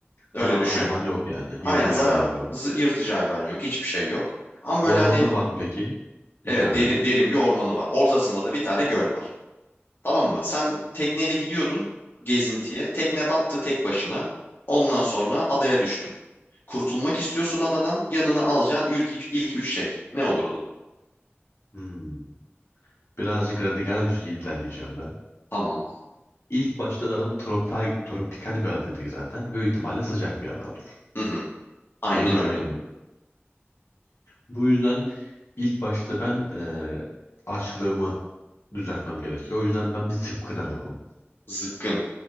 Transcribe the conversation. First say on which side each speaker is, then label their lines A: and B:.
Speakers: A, on the left; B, on the left.
A: Öyle
B: Zararlı
A: düşün.
B: hayvan yok yani. Yırtıcı
A: Aynen zarar
B: hayvan yok.
A: zı- yırtıcı hayvan yok. Hiçbir şey yok. Ama böyle
B: Ormanı
A: hani
B: var mı peki? içeride
A: evet derin, derin bir ormanı var. Ortasında da bir tane göl var. Tamam mı? Sen tekneyle gidiyordun gezintiye. Tekne battı tek başına. Ondan sonra adaya düştün. Kurtulmak istiyorsun adadan. Yanına alacağın ilk, üç- ilk üç şey. Ne olurdu?
B: Hmm. Birazcık radikal bir şekilde ilerleyeceğim ben.
A: Tamam.
B: İlk başta zaten tropikal, tropikal bir ada dedik zaten. Büyük ihtimalle sıcak bir ada olur
A: Hı hı. Aynen
B: diye düşünüyorum.
A: öyle.
B: Bu yüzden ilk başta ben eee açlığımı düzeltmem gerekiyor. O yüzden ben bir zıpkın alırdım.
A: Zıpkın.